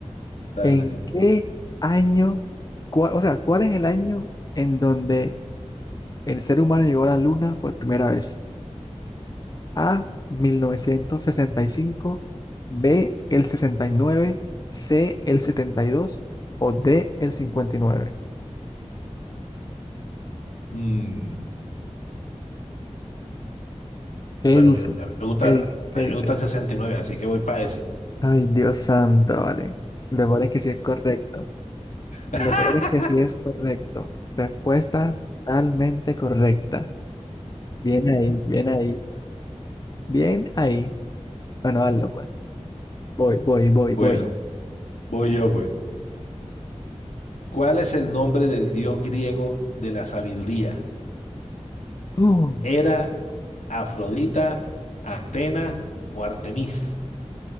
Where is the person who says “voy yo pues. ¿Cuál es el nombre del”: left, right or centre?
Left